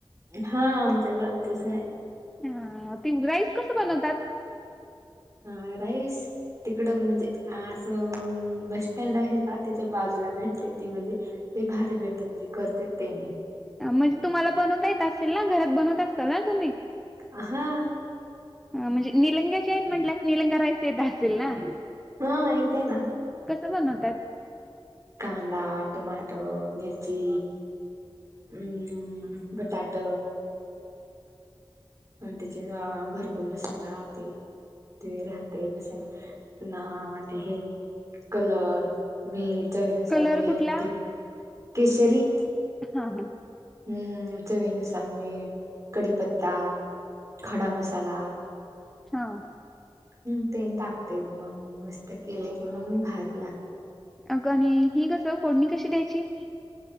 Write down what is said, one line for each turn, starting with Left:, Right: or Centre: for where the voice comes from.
Right: हा आमच्या गावांचाच आहे.
Centre: हा, ति‌ राईस कस बनवतात?
Right: हा, राईस. तिकडं म्हणजे असं बस स्टँड आहे का, तिच्या बाजूला भेटते, ती म्हणजे ते भारी भेटते, म्हणजे करते तेनि.
Centre: म्हणजे तुम्हाला बनवता येत असेल ना, घरात बनवत असतल ना तुम्ही?
Right: अ हा.
Centre: आ म्हणजे निलंग्याच्या आहेत, म्हंटल्या निलंगा राईस येत असेल ना?
Right: हा येते ना.
Centre: कसं बनवतात?
Right: कांदा, टमाट, मिर्ची हम्म, बटाट आण त्याचात घरकुल मसाला ते ते राहतेय मसाला, पुन्हा ते हे कलर मीठ चवीनुसार
Centre: कलर
Right: मीठ.
Centre: कुठला?
Right: केशरी?
Centre: हा हा.
Right: हम्म. चवीनुसार मीठ, कडीपत्ता, - खडा मसाला.
Centre: हा.
Right: हम् तेल टाकते म मस्त केले की, मग भाज
Centre: अकणी, ही कसं फोडणी कशी द्यायची?